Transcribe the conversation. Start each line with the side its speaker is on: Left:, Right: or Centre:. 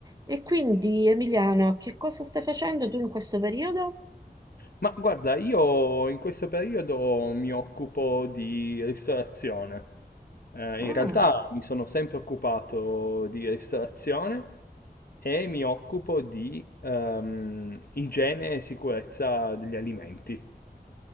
Right: E quindi, Emiliano, che cosa stai facendo tu in questo periodo?
Left: Ma guarda, io in questo periodo mi occupo di ristorazione. Eh,
Right: Ah,
Left: in realtà mi sono sempre occupato di ristorazione e mi occupo di ehm, igiene e sicurezza degli alimenti.